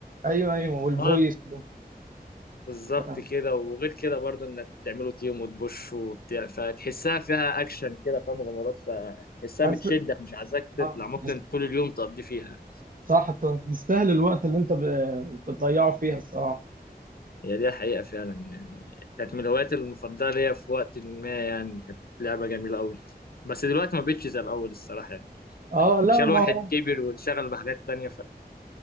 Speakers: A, on the right; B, on the left.
A: ايوه ايوه والفويس
B: اه بالظبط
A: ده.
B: كده وغير كده برضو إنك بتعملوا تيم وتبوش وبتاع فتحسها فيها أكشن كده فيها مغامرات فتحسها
A: حاسس
B: بتشدك مش عايزاك تطلع
A: اه
B: ممكن
A: حاسس
B: طول اليوم تقضي فيها
A: صح تستاهل الوقت اللي انت ب- بتضيعه فيها الصراحه
B: هي دي حقيقة فعلا يعني كانت من الهوايات المفضلة ليا في وقت ما يعني كانت لعبة جميلة أوي بس دلوقتي ما بقتش زي الأول الصراحة يعني
A: اه لا
B: عشان
A: ما
B: الواحد
A: هو
B: كبر وانشغل بحاجات تانية